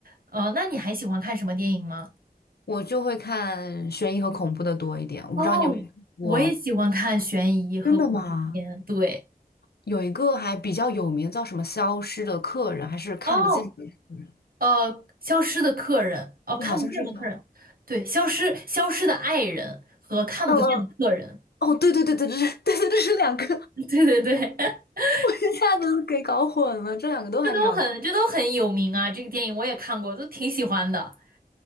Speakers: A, on the right; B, on the left.
A: 呃，那你还喜欢看什么电影吗？
B: 我就会看悬疑和恐怖的多一点，我不知道你有没有看过，
A: 哦，我也喜欢看悬疑和恐怖片。
B: 真的吗？
A: 对，
B: 有一个还比较有名，叫什么《消失的客人》还是看不见的客人，
A: 哦，呃，《消失的客人》哦，
B: 就好像是叫，
A: 《看不见的客人》，对，《消失消失的爱人》和《看不见的客人》。
B: 嗯嗯，哦，对对对对，这是对对，这是两个，
A: <laughs> 对对对，<laughs>
B: <laughs> 我一下子给搞混了，这两个都还挺好看。
A: 这都很这都很有名啊，这个电影我也看过，都挺喜欢的。